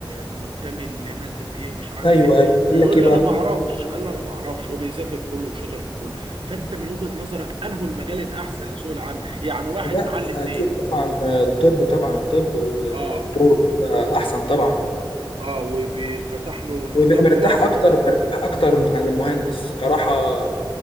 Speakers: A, on the right (about 80°); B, on the left (about 85°).
A: منتمي لمادة ايه ومش عارف
B: ايوه
A: ايه
B: ايوه قال
A: بيقول
B: لك ايه
A: لي
B: بقى
A: انا ما اعرفش قال لي انا ما اعرفش هو بيذاكر كله وشاطر في كله فانت من وجهة نظرك انه المجال الاحسن لسوق العمل يعني واحد
B: لا
A: معاه الاتنين
B: اكيد طبعا الطب طبعا الطب والدكتور
A: اه
B: ده احسن طبعا
A: اه وبيفتح له نطاق
B: ويبقى مرتاح
A: واسع
B: اكتر
A: و-
B: مرتاح اكتر عن المهندس كراحة آه،